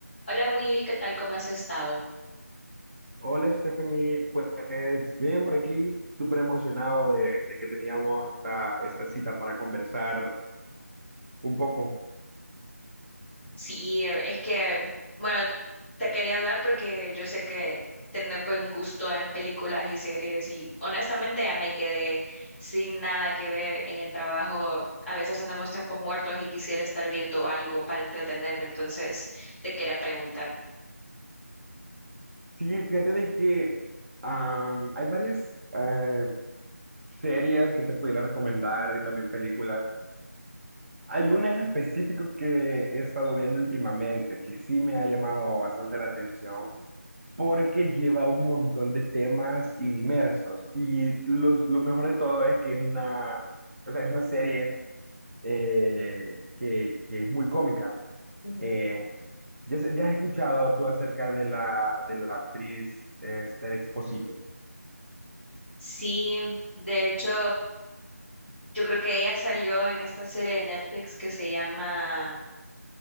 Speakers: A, in the centre; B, on the right.
A: Hola Will, ¿qué tal? ¿Cómo has estado?
B: Hola Stephanie, pues bien por aquí, súper emocionado de, de que teníamos esta, esta cita para conversar un poco.
A: Sí, eh, es que, bueno, te quería hablar porque yo sé que tienes buen gusto en películas y series y honestamente ya me quedé sin nada que ver en el trabajo. A veces tenemos tiempos muertos y quisiera estar viendo algo para entretenerme, entonces te quería preguntar.
B: Sí, fíjate de que am, hay varias eh, series que te pudiera recomendar y también películas. Hay una en específico que he estado viendo últimamente que sí me ha llamado bastante la atención porque lleva un montón de temas inmersos y lo, lo mejor de todo es que es una, o sea, es una serie. eh, que, que es muy cómica.
A: Ujú.
B: Eh, ya, has ya has escuchado tú acerca de la, de la actriz este, Esther Exposito.
A: Sí, de hecho, yo creo que ella salió en esta serie de Netflix que se llama,